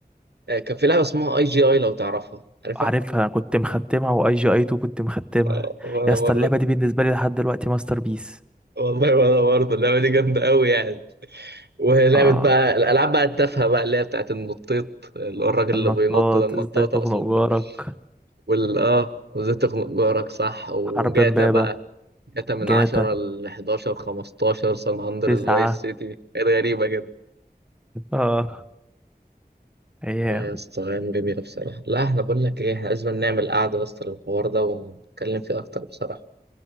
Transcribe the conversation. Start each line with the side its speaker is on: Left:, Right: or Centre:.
Right: آه، كان في لعبه اسمها اي جي اي لو تعرفها عارفها
Centre: عارفها انا كنت مختمها واي جي اي 2 كنت مختمها
Right: آه، وانا
Centre: يا اسطى اللعبه
Right: برضه
Centre: دي بالنسبه لي لحد دلوقتي ماستر بيس
Right: والله وانا برضه اللعبه دي جامده قوي يعني ولعبة
Centre: اه
Right: بقى الألعاب بقى التافهة بقى اللي هي بتاعت النطيط اللي هو الراجل
Centre: النطاط
Right: اللي بينط ده النطاط
Centre: ازاي تخنق
Right: أقصد
Centre: جارك
Right: ده وال آه وإزاي تخنق جارك صح وجاتا
Centre: حرب امبابه
Right: بقى جاتا من
Centre: جاتا
Right: 10 ل 11 15 سان أندرس
Centre: تسعة
Right: فايس سيتي كانت غريبة كده
Centre: اه ايام
Right: لا يا اسطى أيام جميلة بصراحة لا احنا بقول لك إيه احنا لازم نعمل قعدة يا اسطى للحوار ده ونتكلم فيه أكتر بصراحة